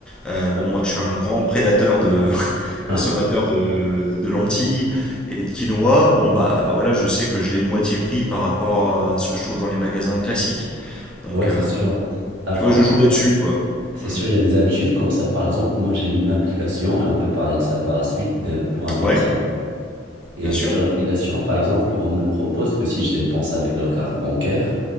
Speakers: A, in the centre; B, on the right (about 75°).
A: Euh, bon,
B: Ouais.
A: moi, je suis un grand prédateur de <laughs> consommateur
B: <laughs>
A: de, de lentilles et de quinoa. Bon, bah, voilà, je sais que je l'ai moitié prix par rapport à ce que je trouve dans les magasins classiques. Donc,
B: Ouais,
A: euh,
B: c'est sûr. Après,
A: tu vois,
B: en
A: je
B: fait,
A: joue là-dessus, quoi.
B: c'est
A: Mm.
B: sûr, il y a des habitudes comme ça. Par exemple, moi, j'ai une application et on peut parler de ça par la suite de- pour investir.
A: Ouais,
B: Et
A: bien sûr.
B: sur l'application, par exemple, on me propose que si je dépense avec leur carte bancaire,